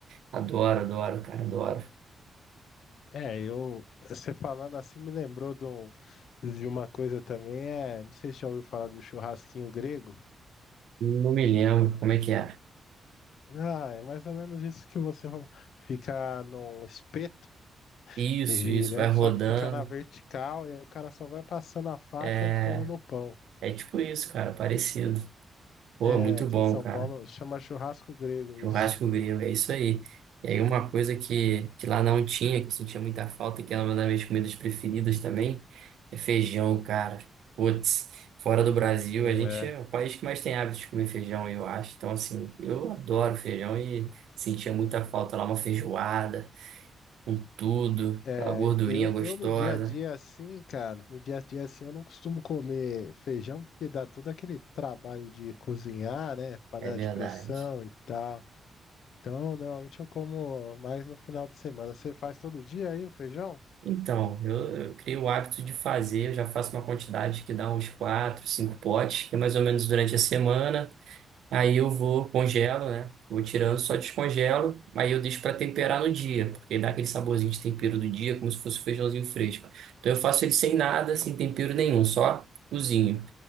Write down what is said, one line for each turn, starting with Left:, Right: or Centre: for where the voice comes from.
Right: adoro, adoro, cara, adoro.
Left: É, eu, você falando assim me lembrou de, um, de uma coisa também, é, não sei se já ouviu falar do churrasquinho grego.
Right: Não me lembro como é que é.
Left: Ah, é mais ou menos isso que você falou. Fica num espeto
Right: Isso,
Left: e girando,
Right: isso, vai
Left: só
Right: rodando,
Left: que fica na vertical e aí o cara só vai passando a faca
Right: é,
Left: e pondo no pão.
Right: é tipo isso, cara, parecido. Pô,
Left: É,
Right: muito
Left: aqui
Right: bom,
Left: em São
Right: cara.
Left: Paulo chama churrasco grego
Right: Churrasco
Left: isso.
Right: grego, é isso aí. E aí uma coisa que, que lá não tinha, que eu sentia muita falta, que era uma das minhas comidas preferidas também, é feijão, cara. Putz, fora do Brasil,
Left: Hum,
Right: a gente
Left: é.
Right: é o país que mais tem hábito de comer feijão, eu acho. Então, assim, eu adoro feijão e sentia muita falta lá, uma feijoada, com tudo,
Left: É,
Right: aquela gordurinha
Left: eu,
Right: gostosa.
Left: eu no dia a dia assim, cara, no dia a dia assim eu não costumo comer feijão porque dá todo aquele trabalho de cozinhar, né? Panela
Right: É verdade.
Left: de pressão e tal. Então, normalmente eu como mais no final de semana. Você faz todo dia aí o feijão?
Right: Então, eu, eu criei o hábito de fazer, eu já faço uma quantidade que dá uns quatro, cinco potes, que é mais ou menos durante a semana. Aí eu vou, congelo, né? Vou tirando, só descongelo. Aí eu deixo para temperar no dia, porque dá aquele saborzinho de tempero do dia, como se fosse um feijãozinho fresco. Então eu faço ele sem nada, sem tempero nenhum, só cozinho.